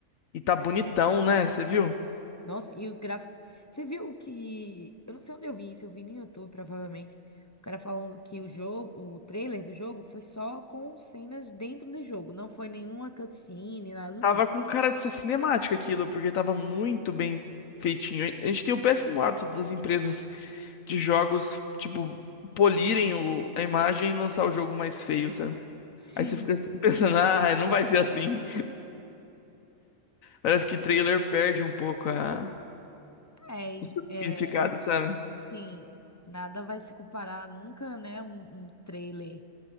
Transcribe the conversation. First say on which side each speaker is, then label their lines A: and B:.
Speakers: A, on the left; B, on the left.
A: E tá bonitão, né? Você viu?
B: Nossa, e os gráficos. Você viu o que. Eu não sei onde eu vi isso, eu vi no YouTube, provavelmente. O cara falando que o jogo, o trailer do jogo foi só com cenas dentro do jogo, não foi nenhuma cutscene, nada do
A: Tava
B: tipo.
A: com cara de ser cinemática aquilo, porque tava muito bem feitinho. A gente tem o péssimo hábito das empresas de jogos, tipo, polirem o- a imagem e lançar o jogo mais feio, sabe?
B: Sim,
A: Aí você fica <laughs> pensando, ah, não vai ser assim. Parece que trailer perde um pouco a...
B: é, e,
A: o seu significado,
B: é,
A: sabe?
B: tipo assim, nada vai se comparar nunca, né, um, um trailer